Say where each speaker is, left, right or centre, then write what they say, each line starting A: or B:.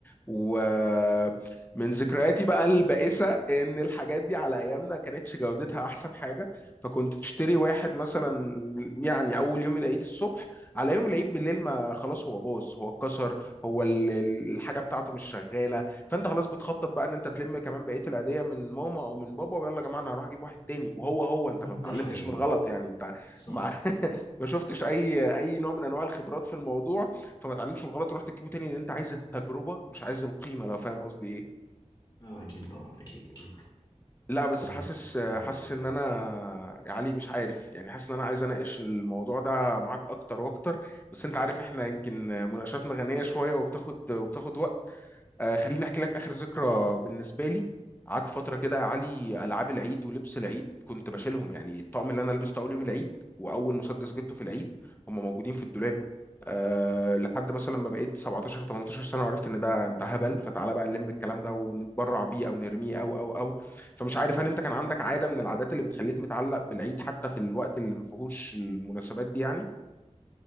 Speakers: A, on the left; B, on the left.
A: ومن ذكرياتي بقى البائسة إن الحاجات دي على أيامنا كانتش جودتها أحسن حاجة فكنت تشتري واحد مثلا يعني أول يوم العيد الصبح على يوم العيد بالليل ما خلاص هو باظ هو اتكسر هو ال- ال- الحاجة بتاعته مش شغالة فأنت خلاص بتخطط بقى إن أنت تلم كمان بقية العيدية من ماما أو من بابا ويلا يا جماعة أنا هروح أجيب واحد تاني وهو هو أنت
B: <laughs>
A: ما اتعلمتش
B: ده حقيقي
A: من الغلط يعني أنت
B: صح
A: مع <laughs> ما شفتش أي أي نوع من أنواع الخبرات في الموضوع فما تعلمش من الغلط ورحت تجيبه تاني لان انت عايز التجربه مش عايز القيمه لو فاهم قصدي ايه
B: اه اكيد طبعا اكيد اكيد
A: لا بس
B: آه،
A: حاسس حاسس
B: كان لذيذ
A: ان انا يا علي مش عارف يعني حاسس ان انا عايز اناقش الموضوع ده معاك اكتر واكتر بس انت عارف احنا يمكن مناقشاتنا غنيه شويه وبتاخد وبتاخد وقت آه، خليني احكي لك اخر ذكرى بالنسبه لي قعدت فتره كده يا علي العاب العيد ولبس العيد كنت بشيلهم يعني الطقم اللي انا لبسته اول يوم العيد واول مسدس جبته في العيد هم موجودين في الدولاب أه لحد مثلا ما بقيت 17 18 سنه وعرفت ان ده ده هبل فتعالى بقى نلم الكلام ده ونتبرع بيه او نرميه او او او فمش عارف هل انت كان عندك عاده من العادات اللي بتخليك متعلق بالعيد حتى في الوقت اللي ما فيهوش المناسبات دي